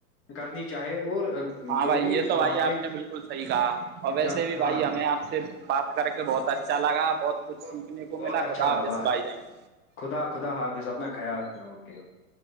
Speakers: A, on the left; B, on the right.
A: کرنی چاہیے اور
B: ہاں
A: جو
B: بھائی
A: بھی
B: یہ تو
A: وہاں
B: بھائی آپ
A: پہ
B: نے بالکل صحیح کہا اور ویسے
A: جا-
B: بھی بھائی
A: ہاں ہاں
B: ہمیں آپ سے باپ کر کے بہت اچھا لگا بہت کچھ سیکھنے
A: بہت
B: کو
A: بہت
B: ملا
A: اچھا
B: خدا حافظ
A: واہ
B: بھائی جان
A: خدا خدا حافظ اپنا خیال رکھنا اوکے اوکے